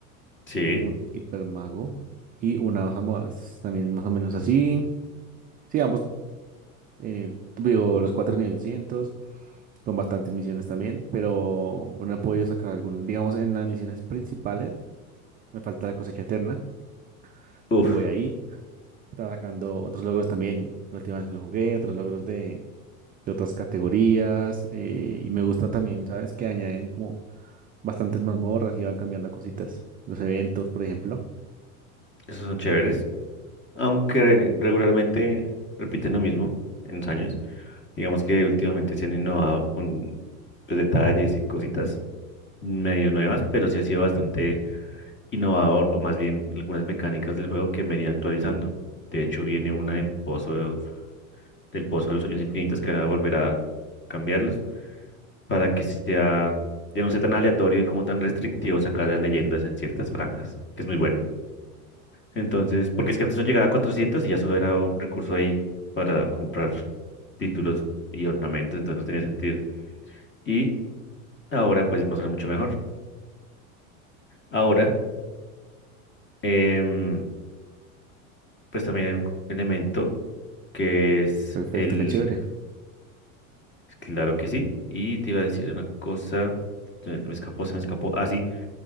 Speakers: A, on the left; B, on the right.
A: Sí,
B: un hipermago y una dos amoas. También más o menos así. Sí, ambos, en el- digo, los cuatro nivel 200, con bastantes misiones también, pero no he podido sacar algunas. Digamos, en las misiones principales me falta la cosecha eterna.
A: uff,
B: Entonces voy ahí. Estaba sacando otros logros también, la última vez que lo jugué, otros logros de, de otras categorías. eh, y me gusta también, ¿sabes? Que añaden como bastantes mazmorras y van cambiando cositas. Los eventos, por ejemplo.
A: esos son chéveres. Aunque regularmente repiten lo mismo en los años, digamos que últimamente se han innovado con pues, detalles y cositas medio nuevas, pero sí ha sido bastante innovador, o más bien algunas mecánicas del juego que venía actualizando. De hecho, viene una de Pozo, del Pozo de los Sueños Infinitos que van a volver a cambiarlos para que sea, ya no sea tan aleatorio y como tan restrictivo sacar las leyendas en ciertas franjas, que es muy bueno. Entonces, porque es que antes no llegaba a 400 y ya solo era un recurso ahí para comprar títulos y ornamentos, entonces no tenía sentido. Y ahora pues va a ser mucho mejor. Ahora, em, pues también hay un elemento que es
B: Perfecto,
A: el...
B: qué chévere.
A: Claro que sí. Y te iba a decir una cosa, se me escapó, se me escapó. Ah, sí,